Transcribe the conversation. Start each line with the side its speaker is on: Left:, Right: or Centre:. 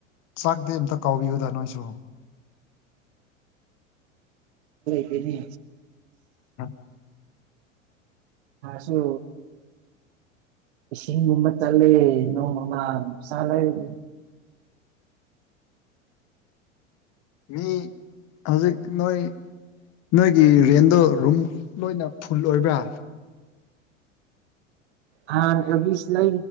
Left: ꯆꯥꯛꯇꯤ ꯑꯃꯝꯇ ꯀꯥꯎꯕꯤꯌꯨꯗ ꯅꯣꯏꯁꯨ
Right: ꯀꯅꯤ
Left: ꯎꯝ
Right: ꯁꯨ ꯏꯁꯤꯡꯁꯤꯡꯒꯨꯝꯕ ꯇ ꯂꯩꯣꯅ ꯆꯂꯝ
Left: ꯃꯤ ꯍꯧꯖꯤꯛ ꯅꯣꯏ ꯅꯣꯏꯒꯤ ꯔꯦꯟꯗꯣ ꯔꯨꯝ ꯂꯣꯏꯅ ꯐꯨꯜ ꯑꯣꯏꯕ꯭ꯔꯥ
Right: ꯍꯥꯥ ꯑꯦꯕꯤꯁ ꯂ